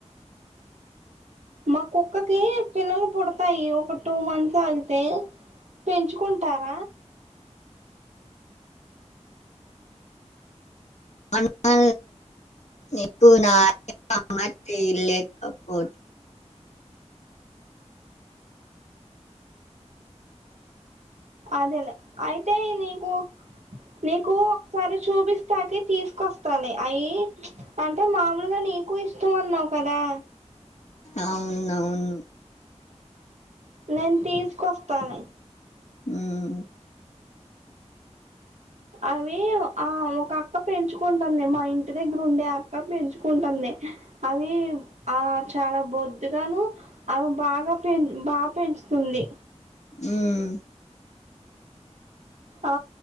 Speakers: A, on the right (about 70°); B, on the left (about 70°).
A: మా కుక్కకి పిల్లలు పుడతాయి ఒక టూ మంత్స్ అగితే పెంచుకుం తార
B: అన్నా ఇప్పుడా అ మట్టి లేకపో
A: అదేలే అయితే నీకు నీకు ఒకసారి చూపిస్తాకి తీసుకొస్తాలే అయి అంటే మామూలుగా నీ కు ఇష్టం అన్నావు కదా
B: అవునవును
A: నేను తీసుకొస్తా నీ
B: హ్మ్
A: అవి ఆ ఒక అక్క పెంచుకుంటంది మా ఇంటి దగ్గర ఉండే అక్క పెంచుకుంటంది అవి ఆ చాలా బొద్దుగాను అవి బాగా పె బా పెంచుతుంది
B: హ్మ్
A: ఆ